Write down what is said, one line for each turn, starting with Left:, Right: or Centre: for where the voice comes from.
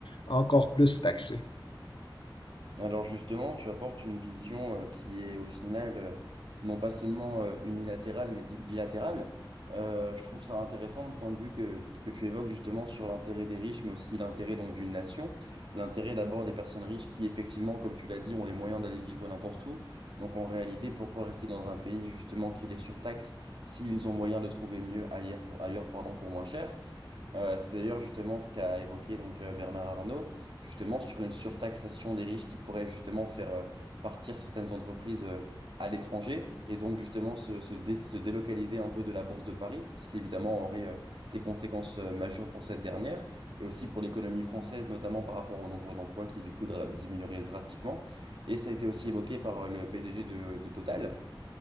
Left: encore plus taxés?
Right: Alors justement, tu apportes une vision euh, qui est au final euh, non pas seulement euh, unilatérale mais di- bilatérale. Euh, je trouve ça intéressant le point de vue que, que tu évoques justement sur l'intérêt des riches mais aussi l'intérêt donc d'une nation. L'intérêt d'abord des personnes riches qui effectivement, comme tu l'as dit, ont les moyens d'aller vivre n'importe où. Donc en réalité, pourquoi rester dans un pays justement qui les surtaxe s'ils ont moyen de trouver mieux ailleurs pour, ailleurs, pardon, pour moins cher? Euh, c'est d'ailleurs justement ce qu'a évoqué donc euh, Bernard Arnault, justement sur une surtaxation des riches qui pourrait justement faire euh, partir certaines entreprises euh, à l'étranger et donc justement se, se dé- se délocaliser un peu de la Bourse de Paris, ce qui évidemment aurait euh, des conséquences euh, majeures pour cette dernière et aussi pour l'économie française, notamment par rapport au nombre d'emplois qui du coup dra- diminuerait drastiquement. Et ça a été aussi évoqué par euh, le PDG de, de Total